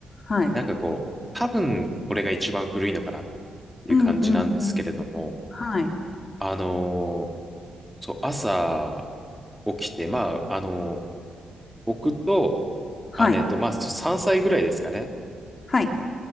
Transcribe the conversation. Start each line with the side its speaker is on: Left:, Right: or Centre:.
Left: はい。
Centre: なんかこう、多分、これが一番古いのかなっていう感じなんですけれども、
Left: うんうんうん。はい。
Centre: あのーそう、朝起きて、まあ、あのー僕と
Left: はい。
Centre: 姉と、まあ、3歳ぐらいですかね。
Left: はい。